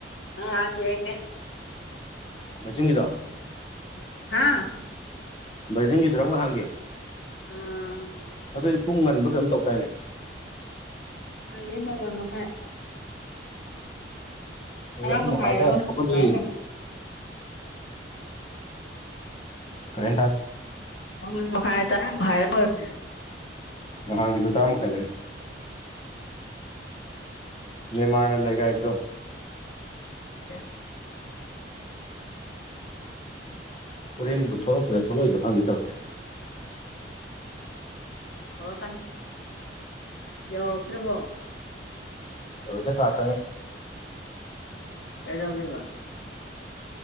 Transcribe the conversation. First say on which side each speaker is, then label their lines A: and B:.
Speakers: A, on the left; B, on the left.
A: ꯑ ꯌꯦꯌꯦꯉ
B: ꯖꯗꯤꯗꯣ
A: ꯍꯥꯥ
B: ꯖꯦꯡꯒꯗ꯭ꯔꯕ ꯍꯦ
A: ꯑꯥ
B: ꯑꯗꯨꯗ ꯑꯩ ꯄꯨꯡ ꯉꯟꯕꯗꯝ ꯇꯧꯈꯥꯏꯅꯦ
A: ꯑ ꯂꯩꯃ ꯑꯣꯏꯔꯃ ꯀꯥꯏ
B: ꯍꯧꯈꯨꯝ
A: ꯃꯈꯥꯏꯔ
B: ꯃꯈꯥꯏꯗꯅꯦ
A: ꯃꯥꯄꯜ
B: ꯑꯩꯈꯣꯏ
A: ꯃꯈꯥꯏꯔ
B: ꯌꯦ ꯀꯔꯦ ꯇꯔ
A: ꯑ ꯃꯈ ꯃꯈꯥ ꯇꯔ ꯍꯥꯏꯔ ꯑꯣꯏ
B: ꯅꯍꯥꯟꯒꯤꯁꯨ ꯇꯥꯃꯩ ꯂꯩꯦ ꯌꯦ ꯃꯥꯂꯒꯥꯏꯣ
A: ꯀꯌꯥ
B: ꯍꯣꯔꯦꯟꯕꯨ ꯊꯣꯛꯂꯛꯇ꯭ꯔꯥ ꯊꯣꯛꯂꯛꯏꯁꯤꯔ ꯈꯪꯗꯦ ꯇꯧꯁꯦ
A: ꯍꯔ ꯀꯅꯤ ꯌꯧꯔꯛꯇ꯭ꯔꯤꯕꯣ
B: ꯑꯩꯕꯗꯤ ꯀ꯭ꯂꯥꯁꯅꯦ
A: ꯀꯩꯗꯧꯔꯤꯕ